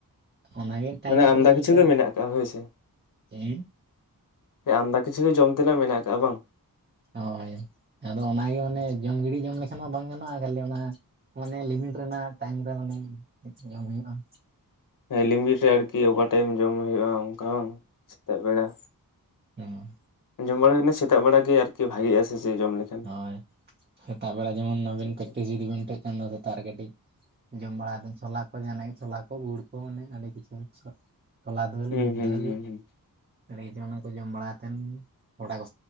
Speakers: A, on the right (about 30°); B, on the left (about 60°).
A: ᱚᱱᱟᱜᱮ ᱴᱟᱭᱤᱢ
B: ᱢᱟᱱᱮ, ᱟᱢᱫᱟ
A: ᱠᱚᱨᱮ ᱢᱤᱫᱴᱮᱱ
B: ᱠᱤᱪᱷᱩ ᱜᱮ, ᱢᱮᱱᱟᱜ ᱟᱠᱟᱫᱼᱟ ᱾ ᱦᱳᱭᱥᱮ!
A: ᱦᱮᱸ
B: ᱟᱢᱫᱟ ᱠᱤᱪᱷᱩ ᱜᱮ, ᱡᱚᱢ ᱛᱮᱱᱟᱜ ᱢᱮᱱᱟᱜ ᱟᱠᱟᱜᱼᱟ ᱾ ᱵᱟᱝ?
A: ᱦᱳᱭ! ᱟᱫᱚ ᱚᱱᱟ ᱜᱮ ᱢᱟᱱᱮ, ᱡᱚᱢ ᱜᱤᱰᱤ ᱡᱚᱢ, ᱞᱮᱠᱷᱟᱱ ᱢᱟ ᱵᱟᱝ ᱜᱟᱱᱚᱜᱼᱟ ᱾ ᱠᱷᱟᱹᱞᱤ ᱚᱱᱟ ᱢᱟᱱᱮ, ᱞᱤᱢᱤᱴ ᱨᱮᱱᱟᱜ ᱴᱟᱭᱤᱢ ᱨᱮ, ᱢᱟᱱᱮ ᱡᱚᱢ ᱦᱩᱭᱩᱜᱼᱟ ᱾
B: ᱦᱮᱸ ᱞᱤᱢᱤᱴ ᱨᱮ ᱟᱨᱠᱤ ᱚᱵᱷᱟᱨ ᱴᱟᱭᱤᱢ ᱡᱚᱢ ᱦᱩᱭᱩᱜᱼᱟ ᱚᱱᱠᱟ ᱥᱮᱛᱟᱜ ᱵᱮᱲᱟ
A: ᱚᱸ
B: ᱡᱚᱢ ᱵᱟᱲᱟ ᱟᱠᱟᱱᱟ ᱥᱮᱛᱟᱜ ᱵᱮᱲᱟᱟᱜ ᱜᱮ ᱟᱨᱠᱤ ᱵᱷᱟᱜᱤᱜᱼᱟ ᱥᱮᱪᱮ ᱡᱚᱢ ᱞᱮᱠᱷᱟᱱ
A: ᱦᱳᱭ ᱥᱮᱛᱟᱜ ᱵᱮᱲᱟ ᱡᱮᱢᱚᱱ
B: ᱟᱪᱪᱷᱟ
A: ᱟᱹᱵᱤᱱ
B: ᱟᱪᱪᱷᱟ
A: ᱯᱮᱠᱴᱤᱥ ᱡᱤᱫᱤ ᱵᱤᱱ ᱩᱴᱟᱹᱜ ᱠᱷᱟᱱ ᱫᱚ ᱥᱮᱛᱟᱜ ᱠᱟᱹᱴᱤᱡ ᱡᱚᱢ ᱵᱟᱲᱟ ᱥᱳᱞᱟ ᱠᱚ ᱡᱟᱦᱟᱱᱟᱜ ᱜᱮ ᱥᱳᱞᱟ ᱠᱚ ᱜᱩᱲ ᱠᱚ ᱢᱚᱱᱮ ᱟᱹᱰᱤ ᱠᱤᱪᱷᱩ ᱦᱚᱞᱟ ᱫᱟᱹᱞ
B: ᱦᱩᱸ
A: ᱢᱩᱠ
B: ᱦᱩᱸ
A: ᱫᱟᱹᱞ
B: ᱦᱩᱸ ᱦᱩᱸ
A: ᱟᱹᱰᱤᱪ ᱚᱱᱟ ᱠᱚ ᱡᱚᱢ ᱵᱟᱲᱟ ᱠᱟᱛᱮᱱ ᱜᱚᱰᱟ ᱠᱚ